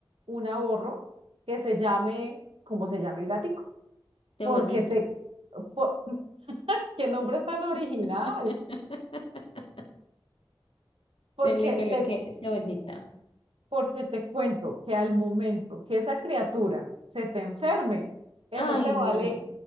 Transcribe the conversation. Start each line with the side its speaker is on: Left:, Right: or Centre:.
Right: un ahorro que se llame, como se llame el gatico,
Left: Cebollita.
Right: porque te, por- qué nombre tan original,
Left: <laughs>
Right: porque
Left: Se le coloqué
Right: te,
Left: cebollita.
Right: porque te cuento que al momento que esa criatura se te enferme, eso
Left: Ay,
Right: te vale
Left: no.